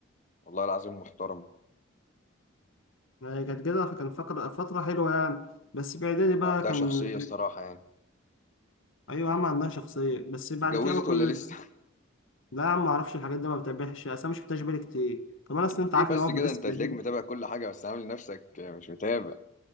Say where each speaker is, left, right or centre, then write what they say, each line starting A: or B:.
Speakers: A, on the left; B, on the left.
A: والله العظيم محترم
B: يعني كانت كده فكان فقر- فترة حلوة يعني بس في إعدادي بقى
A: وعندها
B: كان
A: شخصية الصراحة يعني
B: <laughs> أيوة يا عم عندها شخصية بس بعد
A: اتجوزت
B: كده بقى
A: ولا
B: كل
A: لسه؟
B: لا يا عم معرفش الحاجات دي ما بتابعش أصل أنا مش بتابعش بالي كتير كمان أصل
A: <laughs>
B: أنت
A: ليه
B: عارف
A: بس
B: اللي هو
A: كده
B: في مدرسة
A: انت هتلاقيك
B: إعدادي
A: متابع كل حاجة بس عامل نفسك مش متابع